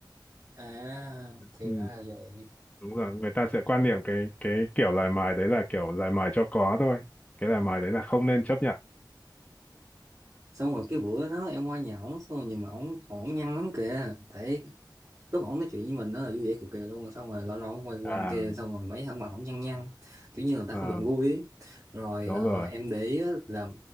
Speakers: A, on the right; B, on the left.
A: À, thì
B: ừ,
A: ra là vậy.
B: đúng rồi người ta sẽ quan niệm cái cái kiểu lời mời đấy là kiểu lời mời cho có thôi cái lời mời đấy là không nên chấp nhận
A: xong rồi cái bữa đó em qua nhà ổng xong rồi nhìn mà ổng ổng nhăn lắm kìa thế lúc ổng nói chuyện với mình nó là vui vẻ cực kỳ luôn xong rồi lâu lâu ổng quay quanh
B: à
A: kia xong rồi mấy thằng mà ổng nhăn nhăn kiểu như là ta
B: ờ,
A: không được vui ấy. rồi
B: đúng
A: ờ,
B: rồi
A: em để ý á là